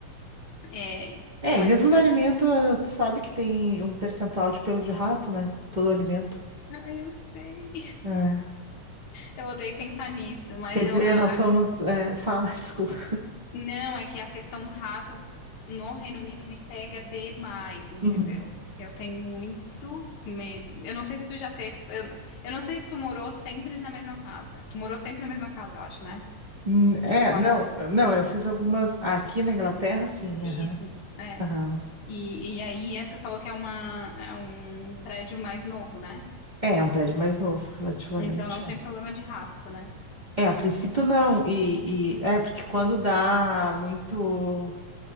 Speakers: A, on the left; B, on the right.
A: é,
B: É,
A: mas
B: e mesmo
A: o que
B: no
A: eu...
B: alimento, eh, tu sabe que tem um percentual de pelo de rato, né? Todo alimento.
A: <laughs> Ai, eu sei.
B: É.
A: Eu odeio pensar nisso, mas
B: Quer
A: eu,
B: dizer,
A: a-
B: nós somos. eh, Fala, <laughs> desculpa.
A: Não, é que a questão do rato no Reino Unido me pega demais, entendeu?
B: Uhum.
A: Eu tenho muito medo. Eu não sei se tu já teve. Eu, eu não sei se tu morou sempre na mesma casa. Tu morou sempre na mesma casa, eu acho, né?
B: Hum, É,
A: Que tu mora
B: não,
A: hoje.
B: não, eu fiz algumas. ah, Aqui na Inglaterra, sim,
A: Isso,
B: aham.
A: é.
B: aham.
A: E, e aí, é, tu falou que é, uma, é um prédio mais novo, né?
B: É, é um prédio mais novo, relativamente.
A: Então não tem
B: É,
A: problema de rato, né?
B: É, a princípio não. E, e- é porque quando dá muito.